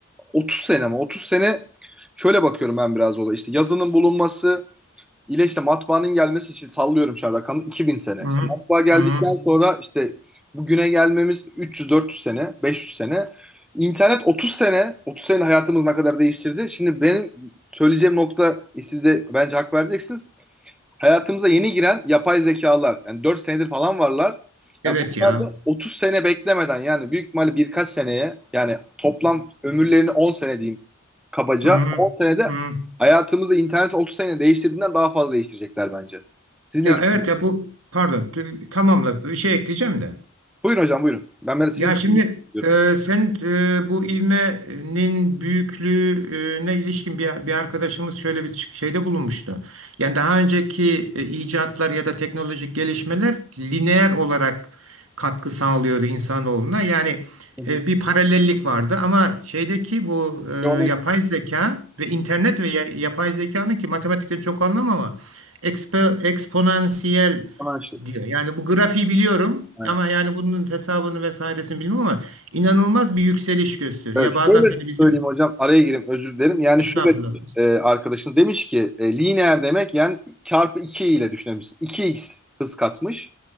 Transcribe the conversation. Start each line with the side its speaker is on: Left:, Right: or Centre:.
Centre: 30 sene mi? 30 sene şöyle bakıyorum ben biraz olaya. İşte yazının bulunması, ile işte matbaanın gelmesi için sallıyorum şu an rakamı 2000 sene.
Right: Hı, hı.
Centre: İşte matbaa geldikten
Right: Hı hı.
Centre: sonra işte bugüne gelmemiz 300-400 sene, 500 sene. İnternet 30 sene, 30 sene hayatımız ne kadar değiştirdi. Şimdi benim söyleyeceğim nokta size bence hak vereceksiniz. Hayatımıza yeni giren yapay zekalar. Yani 4 senedir falan varlar.
Right: Evet
Centre: Ya bunlar
Right: ya.
Centre: da 30 sene beklemeden yani büyük ihtimalle birkaç seneye yani toplam ömürlerini 10 sene diyeyim kabaca.
Right: Hmm,
Centre: 10 senede
Right: hmm.
Centre: hayatımızı internet 30 sene değiştirdiğinden daha fazla değiştirecekler bence. Siz ne
Right: Ya
Centre: düşünüyorsunuz?
Right: evet ya bu pardon t- tamamla bir şey ekleyeceğim de.
Centre: Buyurun hocam buyurun. Ben böyle sizi
Right: Ya
Centre: dinliyorum.
Right: şimdi e, sen e, bu ivmenin büyüklüğüne ilişkin bir, bir arkadaşımız şöyle bir çık- şeyde bulunmuştu. Yani daha önceki e, icatlar ya da teknolojik gelişmeler lineer olarak katkı sağlıyordu insanoğluna. Yani
Centre: Hı hı.
Right: e, bir paralellik vardı ama şeydeki bu e,
Centre: Geometrik
Right: yapay zeka ve internet ve ya- yapay zekanın ki matematikte çok anlamam ama ekspo, eksponansiyel
Centre: şey.
Right: diyor. Yani bu grafiği biliyorum
Centre: Aynen.
Right: ama yani bunun hesabını vesairesini bilmem ama inanılmaz bir yükseliş gösteriyor.
Centre: Evet,
Right: Ya bazen
Centre: şöyle
Right: hani bizim
Centre: söyleyeyim hocam, araya gireyim, özür dilerim. Yani
Right: estağfurullah.
Centre: şöyle e, arkadaşınız demiş ki, e, lineer demek yani çarpı 2 ile düşünebilirsin. 2x hız katmış.